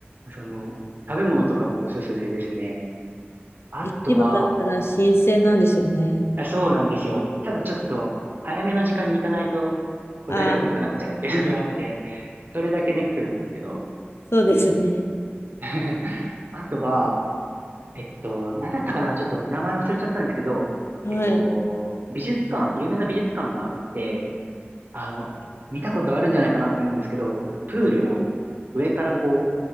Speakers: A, on the right; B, on the left.
A: その、食べ物とかもおすすめですね。あとは、
B: 市場だったら新鮮なんでしょうね。
A: あそうなんですよ。ただちょっと、早めの時間に行かないと、こう材料がなくなっちゃうっていうのがあって、
B: ああ、
A: それだけネックなんですけど。
B: そうですね。
A: <laughs> あとは、えっと、なんだったかなちょっと名前忘れちゃったんですけど、
B: はい。
A: えっと、美術館、有名な美術館があって、あの、見たことあるんじゃないかなって思うんですけど、あの、プールの上からこ
B: あ